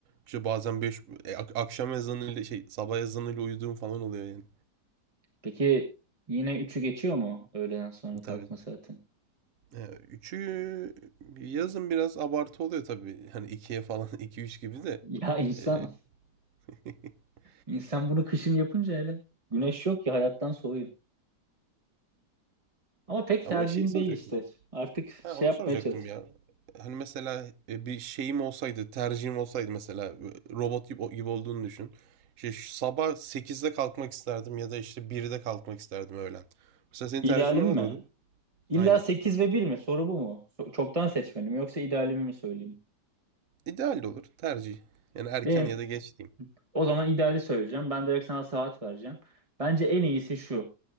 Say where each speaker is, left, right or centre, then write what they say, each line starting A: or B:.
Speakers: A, on the right; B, on the right.
A: İşte bazen 5 akşam ezanıyla şey sabah ezanıyla uyuduğum falan oluyor yani.
B: Peki yine üçü geçiyor mu öğleden sonra kalkma
A: Tabii.
B: saatin? <laughs>
A: E, üçü yazın biraz abartı oluyor tabii. Hani ikiye falan <laughs> iki üç gibi de.
B: Ya insan
A: E, <laughs>
B: insan bunu kışın yapınca hele güneş yok ya hayattan soğuyun. Ama pek
A: ama
B: tercihim
A: şeyi soracak.
B: değil işte. Artık şey
A: Ha, onu
B: yapmaya
A: soracaktım
B: çalış.
A: ya. Hani mesela e, bir şeyim olsaydı, tercihim olsaydı mesela e, robot gibi, gibi olduğunu düşün. İşte şu sabah sekizde kalkmak isterdim ya da işte 1'de kalkmak isterdim öğlen. Mesela senin
B: İdealim
A: tercihin ne olurdu?
B: mi? İlla
A: Aynen.
B: 8 ve bir mi? Soru bu mu? So- çoktan seçmeli mi? Yoksa idealimi mi söyleyeyim?
A: İdeal de olur tercih. Yani erken
B: Benim
A: ya da geç diyeyim.
B: o zaman ideali söyleyeceğim. Ben direkt sana saat vereceğim. Bence en iyisi şu.